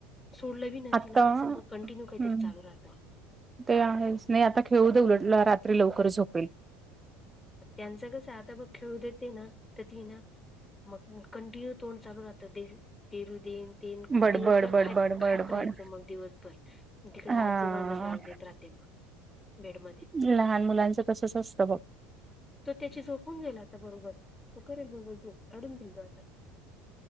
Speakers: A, on the left (about 15°); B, on the right (about 20°).
A: सोडलं बी ना
B: आता
A: तिला तिचं मग कंटिन्यू काहीतरी
B: हम्म
A: चालू राहतं
B: ते अ हंस नाय आता खेळू दे उलट रात्री लवकर झोपेल
A: त्यांचं कसं आहे आता बघ खेळू देते ना तर ती ना मग कंटिन्यू तोंड चालू राहतं पेरु देन तेन
B: बडबड
A: दिवसभर
B: बडबड
A: खात
B: बडबड
A: खात राहायचं मग दिवसभर तिकडे
B: हा
A: आजोबांना त्रास देत राहत ते बघ बेड मधे
B: ज लहान मुलांचं कसच असतं बघ
A: तो त्याची झोपून जाईल आता बरोबर तो करेल बरोबर झोप काढून दिल तो आता